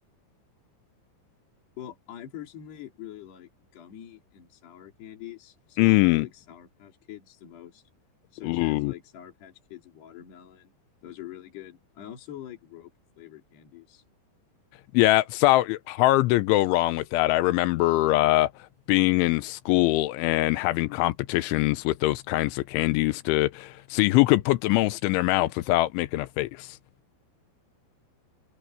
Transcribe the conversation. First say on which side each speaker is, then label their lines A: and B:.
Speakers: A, on the left; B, on the left.
A: Well, I personally really like gummy and sour candies, so
B: Mm.
A: I like Sour Patch Kids the most, such
B: Ooh.
A: as like Sour Patch Kids watermelon. Those are really good. I also like rope flavored candies.
B: Yeah, foul, hard to go wrong with that. I remember uh, being in school and having competitions with those kinds of candies to see who could put the most in their mouth without making a face.